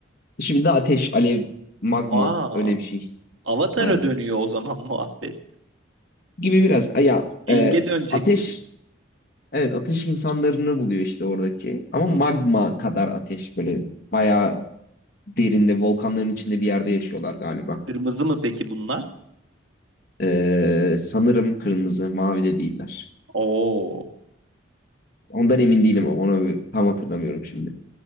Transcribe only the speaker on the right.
Aa,
Avatar'a
dönüyor o zaman <laughs> muhabbet.
Enge
dönecek
gibi.
Hı
hı.
Hı.
Kırmızı mı peki bunlar?
Oo,